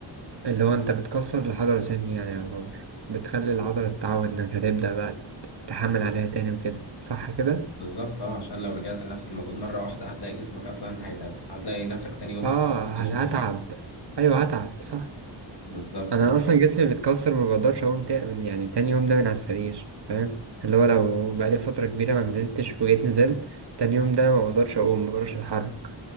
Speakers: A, on the right; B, on the left.
A: اللي هو أنت بتكسر العضلة تاني يعني يعتبر بتخلي العضلة تتعود إنك هتبدأ بقى تحمل عليها تاني وكده صح كده؟
B: بالظبط اه عشان لو رجعت لنفس المجهود مره واحده هتلاقي جسمك اصلا هيتعبك هتلاقي نفسك تاني يوم <laughs>
A: آه
B: ما بتنزلش
A: هتعب
B: التمرين
A: أيوه هتعب صح
B: بالظبط
A: أنا
B: كده،
A: أصلا جسمي بيتكسر ما بقدرش أقوم تا- من يعني تاني يوم ده من على السرير فاهم اللي هو لو بقالي فترة كبيرة ما نزلتش وجيت نزلت تاني يوم ده أنا ما بقدرش أقوم ما بقدرش أتحرك